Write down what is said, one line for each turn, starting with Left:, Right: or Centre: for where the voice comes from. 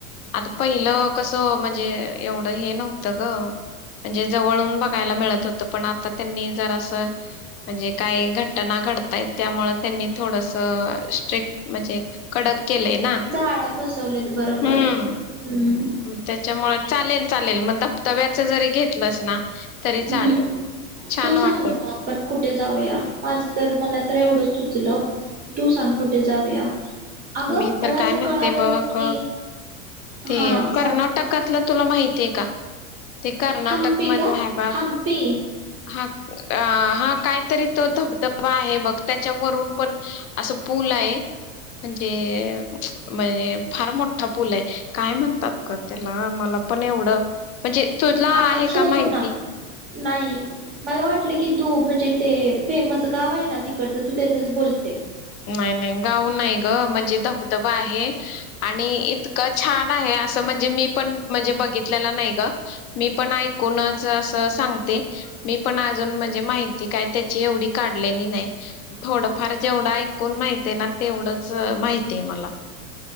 Left: आता पहिलं कसं म्हणजे एवढं हे नव्हतं ग म्हणजे जवळून बघायला मिळत. हो पण आता त्यांनी जर असं म्हणजे काही घटना घडताय त्यामुळे त्यांनी थोडस स्ट्रिक म्हणजे कडक केलंय ना
Right: जाळ्या बसवल्यात बरोबर
Left: हम्म
Right: हम्म
Left: त्याच्यामुळे चालेल चालेल मग धबधब्याच जरी घेतलं ना तरी
Right: हम्म
Left: चालेल छान
Right: तू सांग
Left: वाटेल
Right: ना मग आपण कुठ कुठे जाऊया माझ तर मला तर एवढंच सुचलं तू सांग कुठे जाऊया अगं
Left: मी
Right: मला
Left: तर काय
Right: असं
Left: म्हणते
Right: कळालेलं
Left: बघ
Right: की
Left: ते
Right: हा
Left: कर्नाटकातलं
Right: सांग
Left: तुला माहितीये का? ते कर्नाटक
Right: हम्पी
Left: मध्ये आहे का
Right: हम्पी
Left: हा अ हा काहीतरी तो धबधबा आहे बघ त्याच्यावरून पण असं पूल आहे म्हणजे म्ह फार मोठा पूल आहे काय म्हणतात का त्याला मला पण एवढं म्हणजे तुला
Right: आपण
Left: आहे
Right: शोधू
Left: का माहिती
Right: ना नाही मला वाटलं की तू म्हणजे ते फेमस गाव आहे ना तिकडचं तू तेजच बोल
Left: नाही, नाही गाव नाही गं म्हणजे धबधबा आहे आणि इतकं छान आहे असं म्हणजे मी पण म्हणजे बघितलेलं नाही गं मी पण ऐकूनच असं सांगते मी पण अजून म्हणजे माहिती काय त्याची एंवढी काढलेली नाही थोडंफार जेवढं कोण माहिती आहे ना तेवढंच माहतीय मला